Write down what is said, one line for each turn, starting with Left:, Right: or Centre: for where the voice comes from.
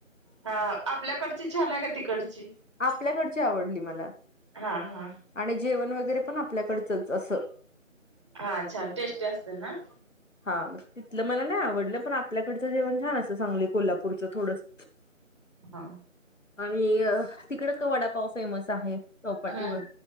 Right: हा आपल्याकडची छान आहे का तिकडची.
Left: आपल्याकडची आवडली मला.
Right: हा हा
Left: आणि जेवण वगैरे पण आपल्याकडचंच असं.
Right: हा छान टेस्टी असते ना.
Left: हा तिथलं मला नाही आवडलं पण आपल्याकडचं जेवण छान असं सांगली कोल्हापूरचं थोडंस.
Right: हा.
Left: आणि अ तिकडं का वडापाव फेमस आहे. चौपाटीवर
Right: हम्म